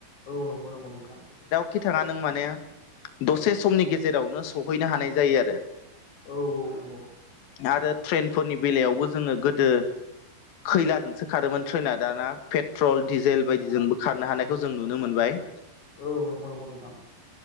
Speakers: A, on the left; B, on the left.
A: औ नंगौ नंगौ नोंथा।
B: खि थाङा नों माने दसे समनि गेजेरावनो सहैनो हानाय जायो आरो
A: औ औ नंगौ
B: आरो ट्रेनफोरनि बेलायावबो जोङो गोदो खैलाजोंसो खारोमोन ट्रैना दाना पेट्रल डिजेल बायदिजोंबो खारनो हानायखौ जों नुनो मोनबाय।
A: औ नंगौ नंगौ नंथां।